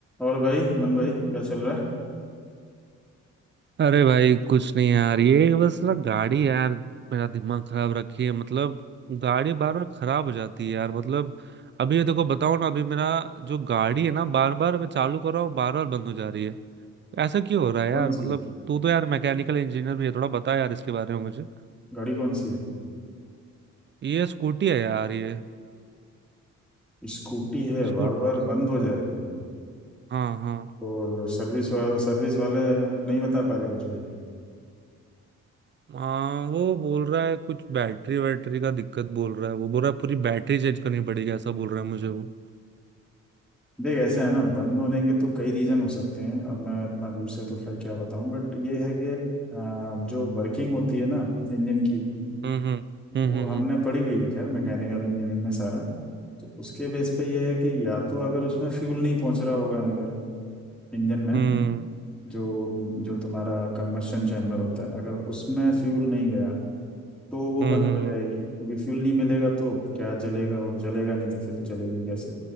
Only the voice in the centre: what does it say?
और भाई मन भाई क्या चल रहा है
कौन
सी
गाड़ी कौन सी है
स्कूटी है
बार बार बंद हो जा रही है
और सर्विस वाला सर्विस वाले नहीं बता पा रहे कुछ भी
देख ऐसा है ना बंद होने के तो कई रीज़न हो सकते हैं अब मैं इतना दूर से तो खैर क्या बताऊं बट ये है कि आ, जो वर्किंग होती है ना इंजन की
वो
हमने
पढ़ी हुई है खैर मैकेनिकल इंजीनियरिंग में सारा तो उसके बेस पे ये है कि या तो अगर उसमें फ्यूल नहीं पहुंच रहा होगा अंदर इंजन में
जो जो तुम्हारा कंबशन चैम्बर होता है अगर उसमें फ्यूल नहीं गया तो वो
बंद
हो जाएगी
क्योंकि फ्यूल नहीं मिलेगा तो क्या जलेगा और जलेगा नहीं तो फिर चलेगी कैसे